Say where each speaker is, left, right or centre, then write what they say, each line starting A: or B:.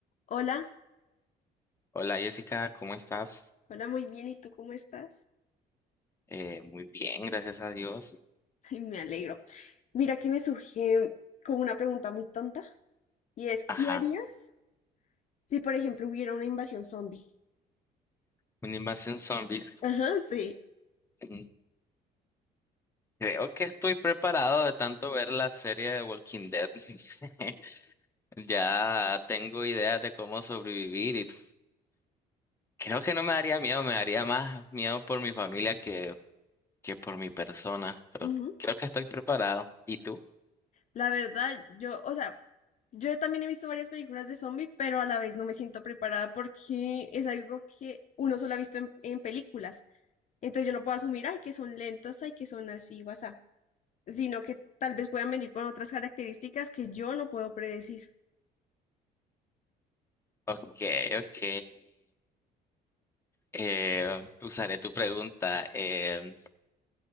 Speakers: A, on the left; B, on the left.
A: Hola,
B: Hola Jessica, ¿cómo estás?
A: hola, muy bien. ¿Y tú cómo estás?
B: Eh, muy bien, gracias a Dios.
A: <laughs> Ay, me alegro. Mira que me surge como una pregunta muy tonta y es, ¿qué
B: Ajá,
A: harías si, por ejemplo, hubiera una invasión zombie?
B: una invasión zombies.
A: <laughs> Ajá, sí.
B: Mm, Creo que estoy preparado de tanto ver la serie de Walking Dead. <laughs> Ya tengo ideas de cómo sobrevivir y t- creo que no me daría miedo, me daría más miedo por mi familia que, que por mi persona, pero
A: ujú.
B: creo que estoy preparado. ¿Y tú?
A: La verdad, yo, o sea, yo también he visto varias películas de zombie, pero a la vez no me siento preparada porque es algo que uno solo ha visto en, en películas. Entonces yo no puedo asumir, ay, que son lentos, ay, que son así, guasá, sino que tal vez puedan venir con otras características que yo no puedo predecir.
B: Ok, ok. Eh, usaré tu pregunta. eh,